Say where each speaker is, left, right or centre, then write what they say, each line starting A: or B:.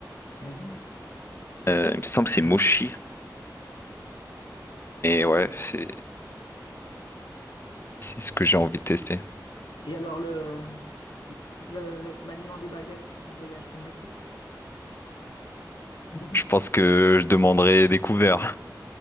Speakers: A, on the left; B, on the left.
A: Mhm.
B: Euh, il me semble que c'est Mochi. Et ouais,
A: Ça-
B: c'est c'est ce que j'ai envie de tester.
A: Et alors, le... le le maniement des baguettes pour ton voyage, tu le maîtrises? <laughs>
B: Je pense que je demanderai des couverts. <laughs>